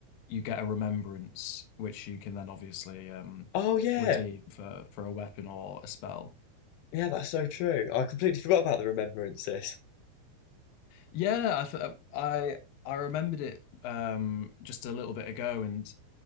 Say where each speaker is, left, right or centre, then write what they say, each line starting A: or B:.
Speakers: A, on the left (about 65°); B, on the left (about 80°).
A: you get a remembrance, which you can then obviously um
B: Oh yeah,
A: redeem for for a weapon or a spell.
B: yeah. That's so true. I completely forgot about the remembrances.
A: Yeah, I th- I I remembered it um just a little bit ago, and